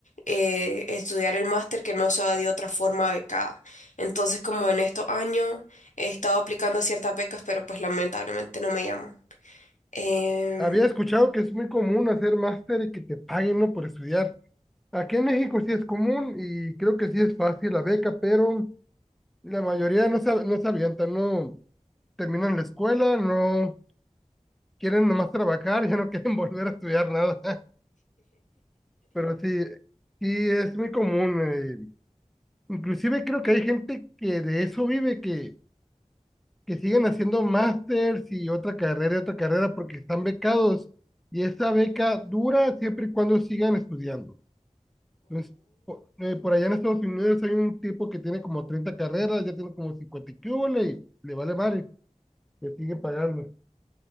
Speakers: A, on the left; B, in the centre.
A: eh, estudiar el máster que no sea de otra forma becada. Entonces, como en estos años he estado aplicando a ciertas becas, pero pues lamentablemente no me llaman. Em,
B: Había escuchado que es muy común hacer máster y que te paguen, ¿no? por estudiar. Aquí en México sí es común y creo que sí es fácil la beca, pero la mayoría no se, no se avientan, no terminan la escuela, no quieren nomás trabajar, <laughs> ya no quieren <laughs> volver a estudiar nada. <laughs> Pero sí, sí es muy común. eh, Inclusive creo que hay gente que de eso vive, que que siguen haciendo másters y otra carrera y otra carrera porque están becados y esa beca dura siempre y cuando sigan estudiando. Entonces, po- eh, por allá en Estados Unidos hay un tipo que tiene como 30 carreras, ya tiene como 50 y qué hubole, le vale madre, le sigue pagando.